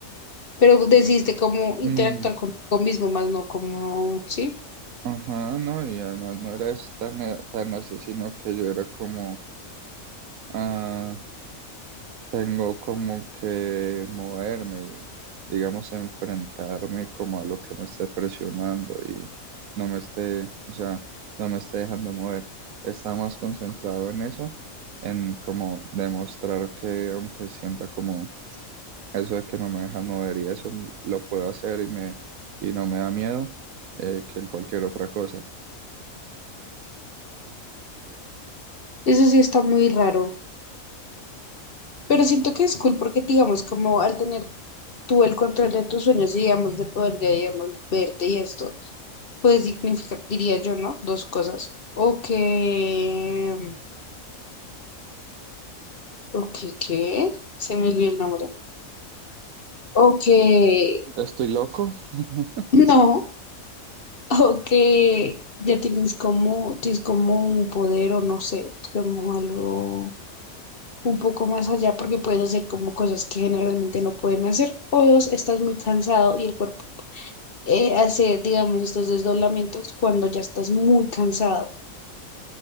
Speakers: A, on the left; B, on the right.
A: pero decidiste como interactuar
B: Mm,
A: contigo mismo, más no como, ¿sí?
B: ajá, no, y además no era es- tan, eh, tan así, sino que yo era como, ah, tengo como que moverme y, digamos, enfrentarme como a lo que me esté presionando y no me esté, o sea, no me esté dejando mover. está más concentrado en eso, en como demostrar que aunque sienta como eso de que no me dejan mover y eso lo puedo hacer y me y no me da miedo eh, que en cualquier otra cosa.
A: Eso sí está muy raro, pero siento que es cool porque, digamos, como al tener tú el control de tus sueños, y, digamos, de poder, ya, digamos, verte y esto, pues significa, diría yo, ¿no? Dos cosas. O que, o que, ¿qué? Se me olvidó el nombre. O que,
B: Estoy loco. <laughs>
A: <clears throat> no, o que ya tienes como, tienes como un poder o no sé, como algo un poco más allá porque puedes hacer como cosas que generalmente no pueden hacer. O dos, estás muy cansado y el cuerpo eh, hace, digamos, estos desdoblamientos cuando ya estás muy cansado.